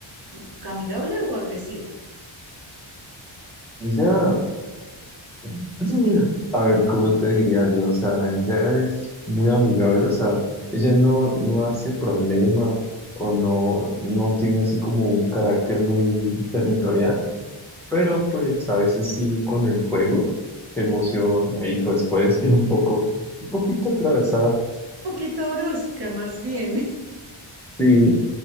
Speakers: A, on the right; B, in the centre.
A: mm, amigable o agresiva?
B: Ella, <clears throat> a ver, ¿cómo te diría yo? O sea, ella es muy amigable, o sea, ella no, no hace problema o no, no tiene así como un carácter muy territorial. Pero pues a veces sí con el juego se emociona y pues puede <laughs> ser un poco, un poquito atravesada.
A: Un poquito brusca, más bien.
B: Sí,